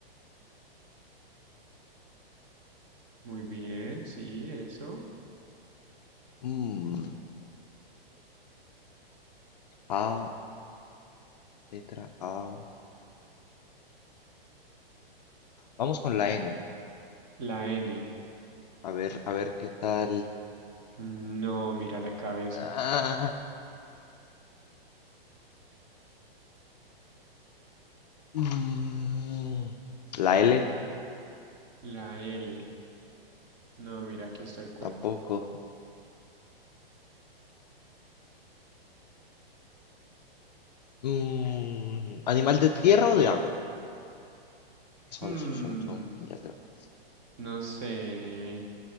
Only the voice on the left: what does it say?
Mm, A, letra A. Vamos
con
la N.
A ver, a ver qué tal.
Ah, mm, la L.
Tampoco. Mm, ¿animal de tierra o de agua? Porque son,
son, son familias grandes.